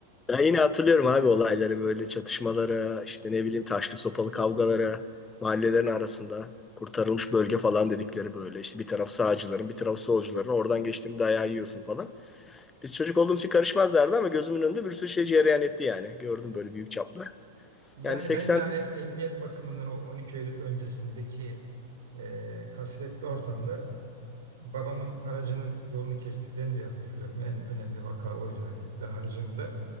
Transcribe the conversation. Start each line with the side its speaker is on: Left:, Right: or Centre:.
Left: ben yine hatırlıyorum abi olayları böyle çatışmalara, işte ne bileyim taşlı sopalı kavgalara, mahallelerin arasında kurtarılmış bölge falan dedikleri böyle. İşte bir taraf sağcıların, bir taraf solcuların. Oradan geçtiğinde dayağı yiyorsun falan. Biz çocuk olduğumuz için karışmazlardı ama gözümün önünde bir sürü şey cereyan etti yani. Gördüm böyle büyük çaplı.
Right: Yani
Left: Yani 80
Right: ben de hani emniyet bakımından o 12 Eylül öncesindeki e, kasvetli ortamda Babamın aracının yolunu kestiklerini bir hatırlıyorum. En önemli vaka oydu hani dağarcığımda.